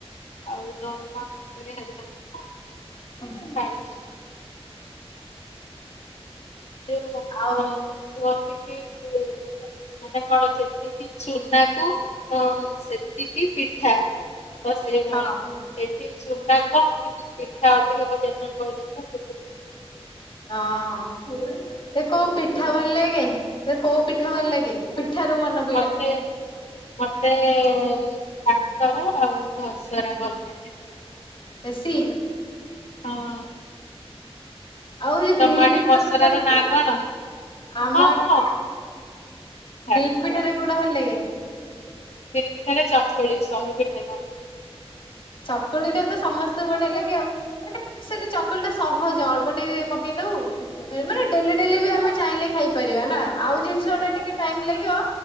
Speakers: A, on the left; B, on the left.
A: ଆଉ ଏ ଦରମା ଠିକସେରେ ହେଲାନି।
B: <inaudible>
A: ପାୟେଲ ଦିଦି ଯୋଉ
B: ଆଉ
A: ହଁ <unintelligible> ଅନ୍ତି କି ଏ ମାନେ କଣ ଯେତିକି ଚୁନାକୁ ଅଁ ଉଁ ସେତିକି ପିଠା। ମୋର ସେଇଭଳିଆ।
B: ହଁ ହଁ
A: ଏଇଠି ଚୁନା କମ୍ କିନ୍ତୁ ପିଠା ଅଧିକ କରିବା ପାଇଁ କହିଲେ ନା ସେଥି
B: ହଁ ତେ କୋଉ ପିଠା
A: ହଁ
B: ଭଲ ଲାଗେ? ସେ କୋଉ ପିଠା ଭଲ ଲାଗେ ପିଠାରୁ ମନ
A: ମତେ ମ ତେ କାକରା ଆଉ ମସରା ଭଲ ଲାଗେ।
B: ଖୁସି
A: ହଁ।
B: ଆଉ ଯୋଉ
A: ତମ
B: ବିରି
A: ଆଡେ
B: ପିଠା
A: ଘସରା
B: <inaudible> ଭଲ୍
A: ର
B: ଲାଗେନା
A: ନାଁ
B: କି
A: କଣ?
B: ଆମର୍
A: ହଁ ହଁ
B: <inaudible>
A: କାକରା।
B: ବିରି ପିଠାରେ କୋଉଟା ଭଲ ଲାଗେ?
A: ବିରି ପିଠାରେ ଚକୁଳି ସରୁ ପିଠାଟା।
B: ଚକୁଳିଟା ତ ସମସ୍ତୁଙ୍କୁ ବଢିଆ ଲାଗେ ଆଉ। <inaudible> ସେଟା ଚକୁଳିଟା ସହଜ ଅଳ୍ପ ଟିକେ ପକେଇ ଦବୁ ମାନେ ଡେଲି ଡେଲି ବି ଆମେ ଚାହିଁଲେ ଖାଇପାରିବା ନା ଆଉ ଜିନଷଗୁଡା ଟିକେ ଟାଇମ୍ ଲାଗିବ।